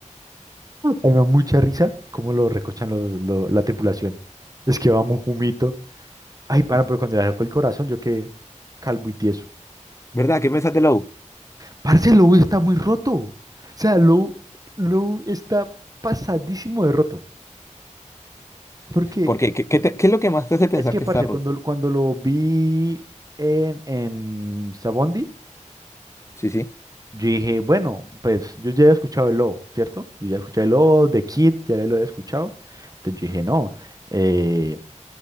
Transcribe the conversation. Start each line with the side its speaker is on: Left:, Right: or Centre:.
Right: a mí me da mucha risa cómo lo recochan lo- lo- la tripulación. Es que vamos jumito. Ay, pana, pero cuando le arrancó el corazón, yo quedé calvo y tieso.
Left: ¿Verdad? ¿Qué pensás de Law?
Right: Parce, Lou está muy roto. O sea, Lou, Lou está pasadísimo de roto. Porque
Left: Porque, ¿qué, qué, te- qué es lo que más te hace pensar
Right: Es que,
Left: que
Right: parce,
Left: está roto?
Right: cuando, cuando lo vi en, en Sabondi,
Left: Sí, sí.
Right: yo dije, bueno, pues yo ya he escuchado el lobo, ¿cierto? Yo ya escuché el lobo, de Kid, ya lo he escuchado. Entonces yo dije, no, eh,